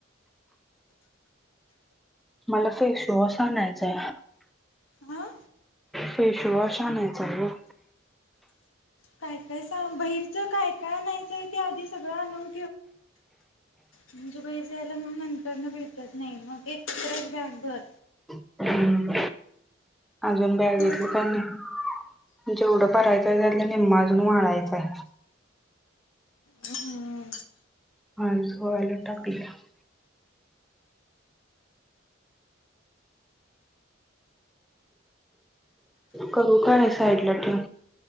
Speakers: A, in the centre; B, on the left.
A: मला फेसवॉश आणायचंय.
B: हा
A: फेशवॉश आणायचं आहे.
B: काय काय सांग बहिरचं काय काय नाहीयचंय ते आधी सगळं आणून. म्हणजे बई जायला मग नंतर ना भेट. नाही मग एकत्रच बॅग भर.
A: हम् अजून बॅग
B: समजलं
A: घेतलं त्यांनी. जेवढं परायचंय त्याला निम्माजून वाढळायचंय.
B: हम्म
A: ह अ सोवालटाकला <unintelligible> कबूकाने साईड लटे.